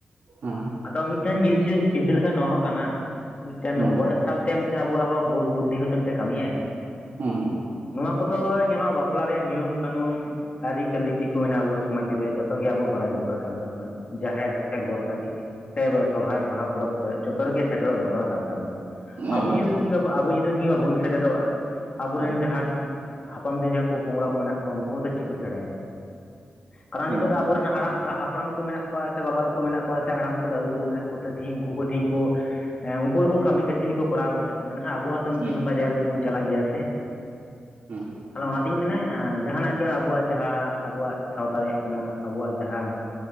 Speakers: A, on the right (about 65°); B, on the left (about 40°).
A: ᱦᱩ
B: ᱟᱫᱚ ᱢᱤᱫᱴᱮᱱ ᱡᱤᱱᱤᱥ ᱡᱩᱫᱢ ᱪᱤᱱᱛᱟᱹ ᱞᱮᱠᱷᱟᱱᱡ ᱱᱚᱣᱟ ᱦᱚᱸ ᱠᱟᱱᱟ ᱢᱤᱫᱴᱮᱱ
A: ᱦᱮᱸ
B: ᱵᱚᱭᱮᱥ ᱥᱟᱶᱛᱮ ᱛᱮ ᱢᱤᱫᱴᱮᱱ ᱟᱵᱚᱣᱟᱜ ᱦᱚᱸ ᱵᱩᱫ ᱵᱩᱫᱽᱫᱷᱤ ᱦᱚᱛᱮ ᱢᱤᱫᱴᱮᱱ ᱠᱟᱹᱢᱤᱭᱟᱭ
A: ᱦᱮᱸᱸ
B: ᱱᱚᱣᱟ ᱠᱚᱫᱚ ᱧᱮᱞᱚᱜᱼᱟ ᱵᱟᱯᱞᱟ ᱨᱮᱭᱟᱜ ᱱᱤᱭᱚᱢ ᱠᱟᱹᱱᱩᱱ ᱟᱹᱨᱤᱪᱟᱹᱞᱤ ᱪᱮᱫ ᱠᱚ ᱢᱮᱱᱟᱜᱼᱟᱱᱟ ᱟᱵᱚ ᱥᱚᱢᱟᱡᱽ ᱨᱮᱭᱟᱜ ᱡᱚᱛᱚᱜ ᱜᱮ ᱟᱵᱚ ᱵᱟᱲᱟᱭ ᱫᱚᱼᱼ ᱠᱟᱱ ᱛᱟᱵᱚᱱᱟ ᱡᱟᱦᱮᱨ ᱜᱚᱴ ᱴᱟᱹᱰᱤ ᱥᱮ ᱥᱚᱨᱦᱟᱭ ᱵᱟᱦᱟ ᱯᱚᱨᱚᱵᱽ ᱠᱚᱨᱮ ᱡᱚᱛᱚ ᱨᱮᱜᱮ ᱥᱮᱴᱮᱨᱚᱜ ᱫᱚᱨᱠᱟᱨ ᱠᱟᱱ ᱛᱟᱵᱚᱱᱟ
A: ᱦᱮᱸ
B: ᱟᱵᱚ
A: ᱮᱠᱵᱟᱨᱮ
B: ᱡᱩᱫᱤ ᱛᱮᱦᱤᱧ ᱵᱟ ᱟᱵᱚ ᱡᱩᱫᱤᱼᱼ ᱛᱮᱤᱦᱤᱧ ᱢᱟᱵᱚᱱ ᱥᱮᱴᱮᱨᱚᱜᱼᱟ ᱟᱵᱚᱨᱮᱱ
A: ᱦᱮᱸ
B: ᱡᱟᱦᱟᱱᱼᱼ ᱦᱟᱯᱟᱢ ᱫᱤᱱ ᱡᱟᱦᱟᱸᱭ ᱠᱚ ᱯᱚᱝᱲᱟ ᱠᱚ ᱢᱮᱱᱟᱜ ᱠᱚᱣᱟ ᱩᱱᱠᱩ ᱦᱚᱸᱛᱚ ᱪᱮᱫ ᱠᱚ ᱥᱮᱬᱟᱭᱟ ᱠᱟᱨᱚᱱ
A: ᱦᱮᱸ
B: ᱱᱤᱛᱚᱜ ᱫᱚ ᱟᱵᱚᱨᱮᱱ ᱦᱟᱲᱟᱢᱼᱼ ᱦᱟᱯᱲᱟᱢ ᱠᱚ ᱢᱮᱱᱟᱜ ᱠᱚᱣᱟ ᱥᱮ ᱵᱟᱵᱟ ᱛᱟᱠᱚ ᱢᱮᱱᱟᱜ ᱠᱚᱣᱟ ᱥᱮ ᱦᱟᱲᱟᱢ ᱠᱚ ᱫᱟᱫᱩ ᱛᱟᱠᱚ ᱢᱮᱱᱟᱜ ᱠᱚᱛᱮ ᱛᱤᱦᱤᱧ ᱩᱱᱠᱩ ᱠᱚ ᱛᱤᱦᱤᱧ ᱠᱚᱼᱼ ᱩᱱᱠᱩ ᱜᱮ ᱠᱟᱹᱢᱤ ᱠᱟᱹᱥᱱᱤ ᱠᱚᱼᱼ ᱠᱚᱨᱟᱣᱮᱫᱼᱟ ᱢᱮᱱᱠᱷᱟᱱ ᱟᱵᱚᱣᱟᱜ ᱛᱚ
A: ᱦᱮᱸ
B: ᱢᱤᱫ ᱫᱤᱱ ᱚᱱᱠᱟ ᱡᱟᱭᱜᱟᱟᱨ ᱨᱮ ᱢᱤᱫ ᱫᱤᱱ ᱵᱚᱱ ᱪᱟᱞᱟᱜ ᱜᱮᱭᱟ ᱥᱮᱼᱼ
A: ᱦᱮᱸ
B: ᱛᱟᱦᱚᱞᱮ ᱚᱱᱟᱛᱤᱧ ᱢᱮᱱᱟ ᱡᱟᱦᱟᱸᱟᱱᱟᱜ ᱜᱮ ᱟᱵᱚᱣᱟᱜ ᱡᱟᱦᱟᱸ ᱟᱵᱚᱣᱟᱜ ᱥᱟᱶᱛᱟ ᱨᱮᱭᱟᱜ ᱠᱟᱱᱟ ᱟᱵᱚᱣᱟᱜ ᱡᱟᱦᱟᱸᱼᱼ